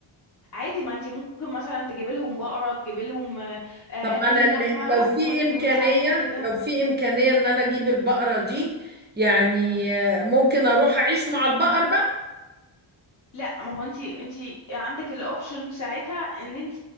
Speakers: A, on the left (about 40°); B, on the right (about 25°).
A: عادي ما انت ممكن مثلا تجيبي لهم بقرة تجيبي لهم آه، آه،
B: طب ما
A: اي
B: انا اللي-
A: لحمة
B: لو في
A: وت-
B: امكانيه
A: وتساعديهم في ده
B: لو في امكانيه ان انا اجيب البقره دي يعني آه، ممكن اروح اعيش مع البقر بقى
A: لا ما هو انت انت عندك الاوبشن ساعتها ان انت